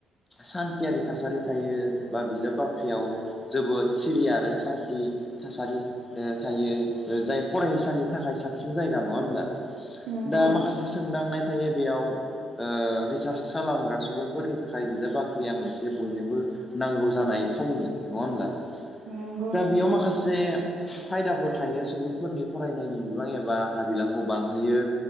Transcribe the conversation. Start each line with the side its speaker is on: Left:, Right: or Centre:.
Left: सान्थियारि थासारि थायो बा बिजाब बाख्रियाव जोबोद सिरि आरो सान्थि थासारि थायो ओ जाय। फरायसानि थाखाय साबसिन जायगा नङा होमब्ला।
Right: नंगौ
Left: दा माखासे सोंदांनाय थायो बेयाव रिसार्च खालामग्रा सुबुंफोरनि थाखाय बिजाब बाख्रिया मोनसे बयनोबो नांगौ जानाय थावनि नङा होनब्ला।
Right: नंगौ
Left: दा
Right: नोंथां
Left: बेयाव माखासे फायदाफोर थायो सुबुंफोरनि फरायनायनि बिबां एबा हाबिलाखौ बांहोयो